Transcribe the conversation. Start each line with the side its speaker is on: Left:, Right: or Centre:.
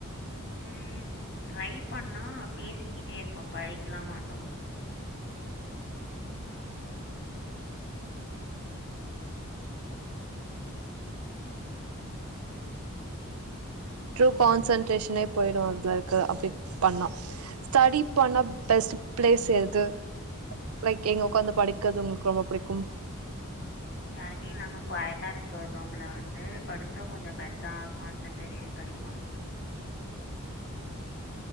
Left: உம் ட்ரை பண்ணா பேசிக்கிட்டே இருப்போ படிக்கலா மாட்டோ
Right: ட்ரூ கான்சன்ட்ரேஷனே போய்டு அதுல இருக்குற அப்டி பண்ணா ஸ்டடி பண்ண பெஸ்ட் ப்ளேஸ் எது லைக் எங்க உக்காந்து படிக்கறது உங்களுக்கு ரொம்போ புடிக்கும்
Left: யாருமே இல்லாம குவயட்டா இருக்கற ஒரு ரூம்ல வந்து படிச்சா கொஞ்சோ பெட்ரா கான்சன்ட்ரேஷன் கெடைக்கும்